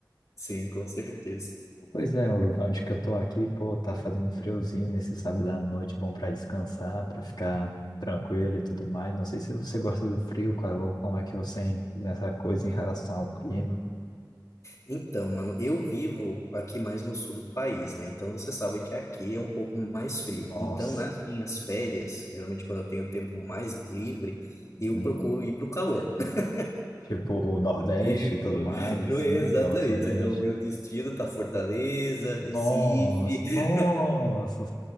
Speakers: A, on the left; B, on the left.
A: Sim, com certeza.
B: Pois é, o lugar onde que eu tô aqui, pô, tá fazendo friozinho nesse sábado à noite, bom pra descansar, pra ficar tranquilo e tudo mais. Não sei se você gosta do frio, qual- ou como é que você en- nessa coisa em relação ao clima.
A: Então, mano, eu vivo aqui mais no sul do país, né? Então você sabe que aqui é um pouco mais frio.
B: Nossa,
A: Então, nas minhas férias, geralmente quando eu tenho tempo mais livre, eu
B: uhum.
A: procuro ir pro calor. <laughs>
B: tipo o Nordeste
A: E
B: e tudo
A: pro-
B: mais, assim,
A: pro- exatamente,
B: não o Sudeste.
A: né? O meu destino tá Fortaleza,
B: Nossa,
A: Recife,
B: nossa,